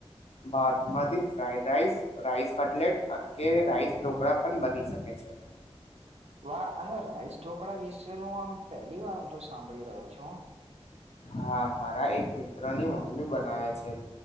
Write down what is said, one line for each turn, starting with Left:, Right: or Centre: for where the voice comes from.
Left: બાથમાંથી ફ્રાઈડ રાઈસ રાઈસ કટલેટ કે રાઈસ ઢોકળા પણ બની શકે ઠ છે
Right: વા અને રાઈસ ઢોકળા વિશે ન આમ પહેલી વાર હું તો સાંભળી રહ્યો છું.
Left: હા મારા એક મિત્ર ની મમ્મી બનાવે છે